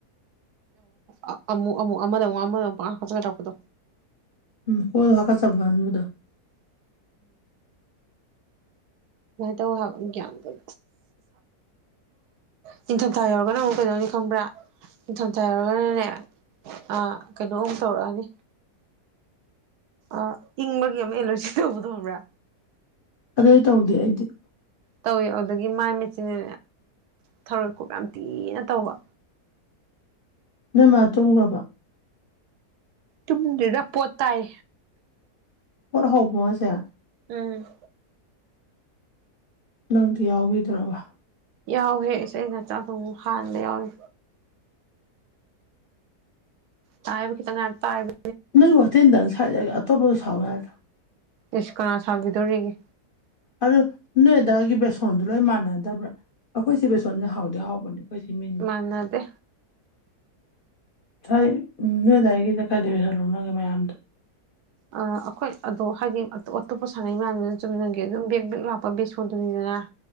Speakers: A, on the right; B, on the left.
A: ꯑ ꯑꯃꯨꯛ ꯑꯃꯨꯛ ꯑꯃꯗ ꯑꯃꯨꯛ ꯑꯃꯗ ꯑꯃꯨꯛ ꯈ ꯂꯥꯛꯛꯄꯗꯣ
B: ꯎꯝ ꯍꯣꯣꯏ ꯍꯀꯥꯁ ꯆꯚꯕꯗ
A: ꯁꯨꯃꯥꯏꯅ ꯇꯧ ꯍꯥꯏꯕ ꯑꯃ ꯒ꯭ꯌꯥꯟ ꯇꯧ ꯅꯤꯡꯊꯝꯊꯥ ꯌꯧꯔꯒꯅ ꯑꯃꯨꯛ ꯀꯩꯗꯧꯅꯤ ꯈꯪꯕ꯭ꯔꯥ ꯅꯤꯡꯊꯝꯊꯥꯔꯅꯅꯦ ꯑ ꯀꯩꯅꯣ ꯑꯝ ꯇꯧꯔꯛꯑꯅꯤ ꯑ ꯏꯪꯕꯒꯤ ꯑꯃ ꯑꯦꯂꯔꯖꯤ ꯇꯧꯕꯗꯕ꯭ꯔꯥ
B: ꯑꯗꯥꯏ ꯇꯥꯎꯗ ꯍꯥꯏꯥꯏꯗꯤꯦ
A: ꯇꯧꯋꯦ ꯑꯗꯨꯗꯒꯤ ꯃꯥꯏ ꯃꯦꯆꯤꯟꯅ ꯊꯧꯔꯣꯏ ꯀꯞ ꯌꯥꯝ ꯊꯤꯅ ꯇꯧꯕ
B: ꯅ ꯃꯥ ꯇꯣꯃꯒꯕ
A: ꯇꯗ ꯄꯣꯇꯥꯑ
B: ꯍꯔ ꯍꯥꯎꯕꯉꯁꯦ
A: ꯎꯝ
B: ꯅꯪꯗꯤ ꯌꯥꯎꯕꯤꯗ꯭ꯔꯕ
A: ꯌꯥꯎꯍꯦ ꯏꯁꯩ ꯅꯆꯥꯨ ꯍꯥꯟꯅꯗ ꯌꯥꯎꯋꯦ ꯇꯥꯏꯕꯈꯤꯪ ꯉ ꯄꯥꯏꯕ
B: ꯅꯣꯏ ꯋꯥꯠꯇꯦꯅꯤ ꯊꯪ ꯁꯥꯏꯖꯒꯦ ꯑꯠꯇꯣ ꯁꯥꯎ ꯍꯥꯏꯣ
A: ꯏꯁꯁꯀꯔꯅꯥ ꯁꯥꯕꯕꯤꯗꯧꯔꯔꯤꯒ
B: ꯑꯗꯨ ꯅꯣꯏ ꯑꯗꯨꯗꯥꯗꯒꯤ ꯕꯦꯁꯣꯟꯗꯨ ꯂꯣꯏ ꯃꯥꯟꯅꯗꯕ꯭ꯔꯥ ꯑꯩꯈꯣꯏꯁꯦ ꯕꯦꯁꯣꯟꯁꯦ ꯍꯥꯎꯗꯤ ꯍꯥꯎꯕꯅꯦ ꯀꯁꯤ ꯃꯤꯅꯤ
A: ꯃꯥꯟꯅꯗꯦ
B: ꯁꯥꯏ ꯎꯝ ꯅꯣꯏ ꯑꯗꯨꯗꯥꯏꯒꯤꯗ ꯀꯥꯏꯗꯣꯏ ꯁꯣꯂꯣ ꯅꯪꯒꯦ ꯃꯌꯥꯝꯗꯣ
A: ꯑ ꯑꯩꯈꯣꯏ ꯑꯗꯣ ꯍꯥꯏꯗꯤ ꯑꯇꯣꯞꯄ ꯁꯥꯟꯅꯩ ꯃꯌꯥꯝꯗꯨꯅ ꯆꯨꯝꯃꯤꯟꯅꯒꯦ ꯑꯗꯨꯝ ꯕꯦꯛ ꯕꯦꯛ ꯂꯥꯛꯄ ꯕꯦꯁꯣꯔꯗꯨꯅꯤꯗꯅ